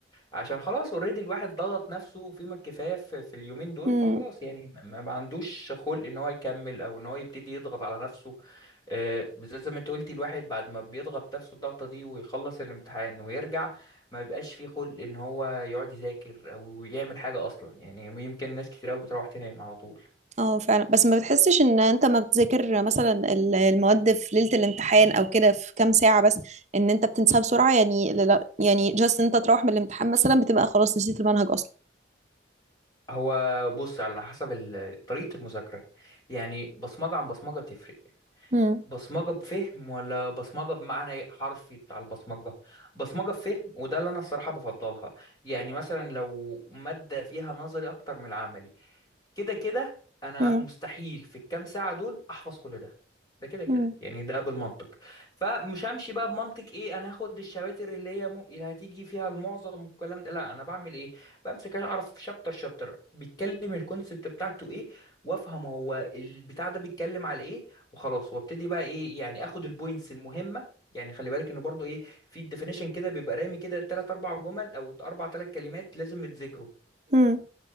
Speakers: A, on the left (about 20°); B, on the right (about 35°).
A: عشان خلاص اوريدي الواحد ضغط نفسه فيما الكفايه في, في اليومين دول
B: <laughs> مم.
A: فخلاص يعني ما ما عندوش خلق ان هو يكمل او ان هو يبتدي يضغط على نفسه آه، بالذات زي ما انت قلتي الواحد بعد ما بيضغط نفسه الضغطه دي ويخلص الامتحان ويرجع ما بيبقاش فيه خلق ان هو يقعد يذاكر او يعمل حاجه اصلا يعني يمكن ناس كتير قوي بتروح تنام على طول
B: اه فعلا بس ما بتحسش ان انت ما بتذاكر مثلا ال- المواد في ليلة الامتحان او كده في كام ساعة بس ان انت بتنساها بسرعة يعني لا لا- يعني جاست انت تروح من الامتحان مثلا بتبقى خلاص نسيت المنهج اصلا
A: هو بص على حسب ال- طريقه المذاكره يعني بصمجه عن بصمجه تفرق
B: امم
A: بصمجه بفهم ولا بصمجه بمعنى حرفي بتاع البصمجه بصمجه بفهم وده اللي انا الصراحه بفضلها يعني مثلا لو ماده فيها نظري اكتر من العملي كده كده انا
B: امم
A: مستحيل في الكام ساعه دول احفظ كل ده ده كده كده
B: امم
A: يعني ده بالمنطق فمش همشي بقى بمنطق ايه انا هاخد الشباتر اللي هي م... اللي هتيجي فيها المعظم والكلام ده لا انا بعمل ايه بمسك اعرف شابتر شابتر بيتكلم الكونسبت بتاعته ايه وافهم هو البتاع ده بيتكلم على ايه وخلاص وابتدي بقى ايه يعني اخد البوينتس المهمه يعني خلي بالك انه برضو ايه في الديفينيشن كده بيبقى رامي كده تلات اربع جمل او اربع تلات كلمات لازم يتذكروا
B: امم